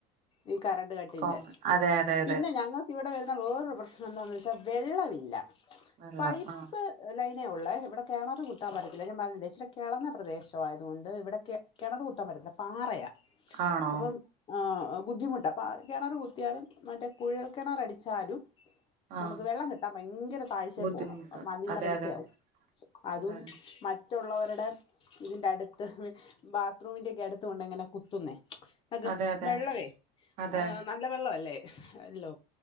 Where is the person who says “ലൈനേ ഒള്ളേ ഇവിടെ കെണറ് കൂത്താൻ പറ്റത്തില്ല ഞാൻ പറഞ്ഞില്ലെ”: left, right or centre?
Left